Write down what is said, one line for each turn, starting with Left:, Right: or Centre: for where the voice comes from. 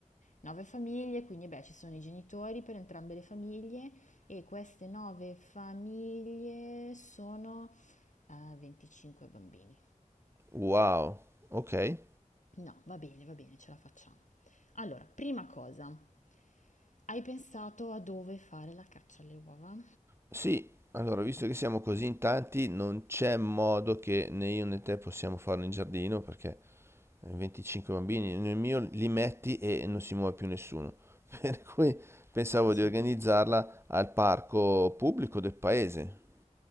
Left: 9 famiglie, quindi beh, ci sono i genitori per entrambe le famiglie e queste 9 famiglie sono eh, 25 bambini.
Right: wow, ok.
Left: No, va bene, va bene, ce la facciamo. Allora, prima cosa, hai pensato a dove fare la caccia alle uova?
Right: Sì, allora, visto che siamo così in tanti, non c'è modo che né io né te possiamo farlo in giardino, perché 25 bambini, nel mio li metti e non si muove più nessuno. <laughs> Per cui pensavo
Left: Assolutamente.
Right: di organizzarla al parco pubblico del paese.